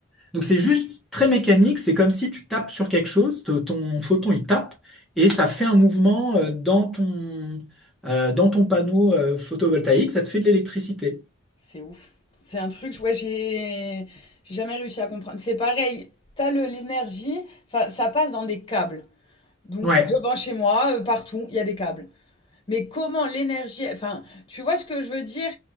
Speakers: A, in the centre; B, on the left (about 25°).
A: Donc c'est juste très mécanique. C'est comme si tu tapes sur quelque chose, t- ton photon il tape et ça fait un mouvement euh, dans ton euh, dans ton panneau euh, photovoltaïque. Ça te fait de l'électricité.
B: C'est ouf. C'est un truc, ouais, j'ai j'ai jamais réussi à comprendre. C'est pareil, t'as le- l'énergie, enfin, ça passe dans des câbles. Donc,
A: Ouais.
B: devant chez moi, euh, partout, il y a des câbles. Mais comment l'énergie, enfin, tu vois ce que je veux dire?